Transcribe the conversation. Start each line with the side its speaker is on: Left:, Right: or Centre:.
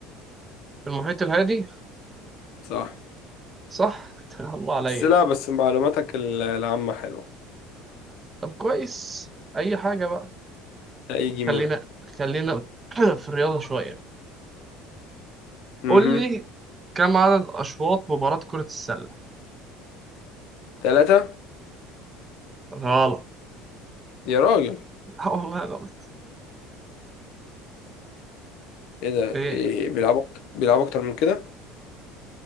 Right: المحيط الهادي
Left: صح
Right: صح <laughs> الله عليا
Left: بس لا بس معلوماتك ال- العامة حلوة
Right: طب كويس اي حاجه بقى
Left: هيجي منها
Right: خلينا خلينا <clears throat> في الرياضه شويه
Left: امم
Right: قول لي كم عدد اشواط مباراه كره السله
Left: ثلاثة
Right: غلط
Left: يا راجل
Right: <laughs> لا والله غلط
Left: ايه ده
Right: ايه
Left: إيه بيلعبوا أكتر بيلعبوا أكتر من كده